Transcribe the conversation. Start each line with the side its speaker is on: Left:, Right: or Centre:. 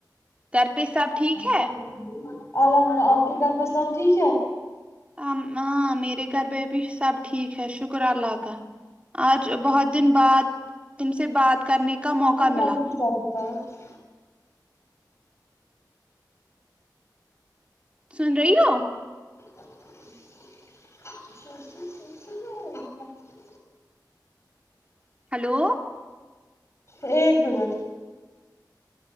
Right: گھر پہ سب ٹھیک
Left: الحمد
Right: ہے
Left: اللہ آپ کے گھر پہ سب ٹھیک ہے
Right: ام ہاں میرے گھر پہ بھی سب ٹھیک ہے شکر اللہ کا آج بہت دن بعد تم سے بات کرنے کا موقع
Left: میں نے
Right: ملا
Left: <unintelligible>
Right: سن رہی ہو
Left: <inaudible>
Right: ہیلو
Left: ایک منٹ